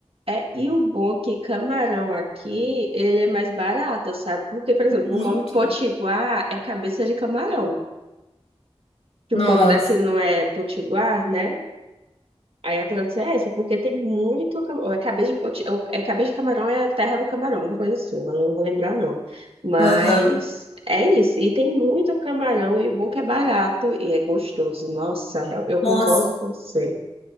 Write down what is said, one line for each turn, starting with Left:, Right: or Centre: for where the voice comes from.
Right: é, e o bom é que camarão aqui, ele é mais barato, sabe? Porque, por exemplo,
Left: muito.
Right: o nome potiguar é cabeça de camarão. Que
Left: Nossa.
Right: o povo daqui não é potiguar, né? Aí a tradução é essa, porque tem muito camarão. É cabeça de, poti- ou é cabeça de camarão, é terra do camarão, uma coisa assim, agora eu não vou lembrar não. Mas
Left: Aham.
Right: é isso, e tem muito camarão, e o bom é que é barato e é gostoso. Nossa, eu, eu concordo
Left: Nossa.
Right: com você.